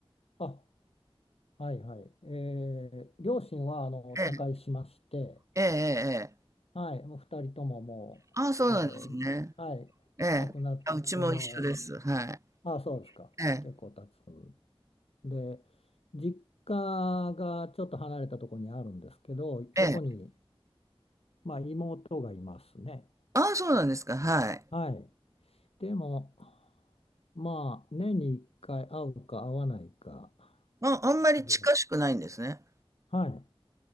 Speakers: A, on the left (about 75°); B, on the right (about 30°).
A: あ、はいはい。えー両親はあの他界しまして、
B: ええ、ええ、ええ。
A: はい、もう二人とももう、
B: ああ、そうなんですね。
A: えーはい、
B: ええ。
A: 亡くなっても
B: あ、うちも一緒です。はい。
A: う、あ、そうですか。
B: ええ、
A: 結構経つ。で、実家がちょっと離れたところにあるんですけど、そこに、
B: ええ。
A: まあ、妹がいますね。
B: ああ、そうなんですか。はい。
A: はい。でも、まあ、年に1回会うか会わないか
B: あ、あんまり近しくないんですね。
A: ぐらい。はい。